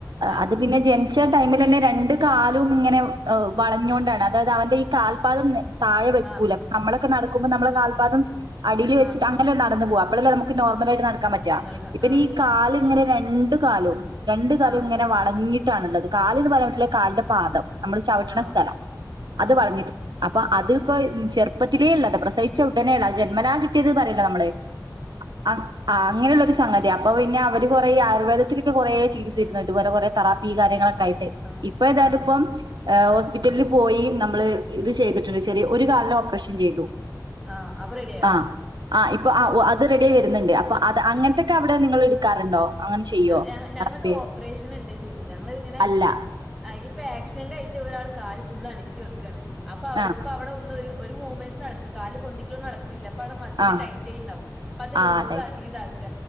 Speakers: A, in the centre; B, on the right (about 75°).
A: ആഹ്
B: അത് പിന്നെ ജൻ ച്ച ടൈമിൽന്നെ രണ്ട് കാലും ഇങ്ങനെ വളഞ്ഞോണ്ടാണ് അതായത് അവന്റെ ഈ കാൽപാദം. താഴെ വെക്കൂല
A: ആഹ്
B: നമ്മളൊക്കെ നടക്ക്മ്പം നമ്മളെ കാൽപാദം അടിൽ വെച്ച്.
A: ആഹ്
B: ങ്ങനെ നട്ന്നു പോവാ അപ്പളല്ലെ നമുക്ക് നോർമലായിട്ട് നട്ക്കാൻ പറ്റാ
A: നടക്ക
B: ഇബനീ
A: ആഹ്
B: ഈ കാല് ഇങ്ങനെ രണ്ടു കാലും. രണ്ട് കാലും
A: ആഹ്
B: ഇങ്ങനെ വളഞ്ഞിട്ടാണ്ള്ളത് കാല്ന്ന് പറയാൻ പറ്റുല കാല്ന്റെ പാദം. നമ്മൾ ചവിട്ട്ണ
A: ആഹ്
B: സ്ഥലം അത്
A: ആഹ്
B: വളഞ്ഞിട്ട് അപ്പോ അത്പ്പോ ചെറ്പ്പ ത്തില്ള്ളത പ്രസവിച്ച ഉടനെള്ള ജന്മനാ കിട്ടിയത് പറിയല്ല നമ്മള് ആഹ്. ആഹ് അങ്ങനെള്ള ഒരു സംഗതി അപ്പോ പിന്നെ അവര് കുറെ ആയുർവേദത്തിലൊക്കെ കുറേ ചികിത്സ <unintelligible> ഇതുപലെ കൊറെ തറാപ്പി കാരൃങ്ങളൊക്കെ. യിട്ട്
A: ആഹ്
B: ഇപ്പോ എതായാലും
A: ആഹ്
B: ഇപ്പം. ഏഹ് ഹോസ്പിറ്റലിൽ പോയി നമ്മള് ഇത് ചെയ്തിട്ട്ണ്ട് ചെരി ഒരു കാലിന് ഓപ്പറേഷൻ ചെയ്തു.
A: ആഹ അപ റെഡിയയെ
B: ആ ആ ഇപ്പ അഹു അത് റെഡി ആായി വരുന്നുണ്ട് അപ്പൊ അത് അങ്ങനത്തൊക്കെ അവിടെ നിങ്ങൾ എടുക്കാറുണ്ടോ അങ്ങനെ ചെയ്യോ
A: ഹെ ഹെ ഞങ്ങളത്
B: തെറാപ്പി
A: ഓപ്പറേഷന അല്ല ചെയ്യുന്നത് ഞങ്ങള ഇങ്ങനെ
B: അല്ല
A: ആഹ് ഇപ്പൊ ആക്സിഡന്റ് ആയിട്ട് ഒരാൾ കാല് ഫുള് അനക്കി വെക്കയാണ് അപ്പൊ അവർക്ക്പ്പ
B: ആ
A: അവിടെ ഒന്ന ഒരു മൂവ്മെന്റ്സ് നടക്കുന്ന കാല് പൊന്തിലും നടക്കണില്ല അപ്പൊവിടെ മസിൽ
B: ആ
A: ടൈറ്റ് ആയിട്ടണ്ടാവും അപ്പ അത്
B: ആ
A: ലൂസ്
B: ഡയറ്റ്
A: ആക്കി ഇതാക്ക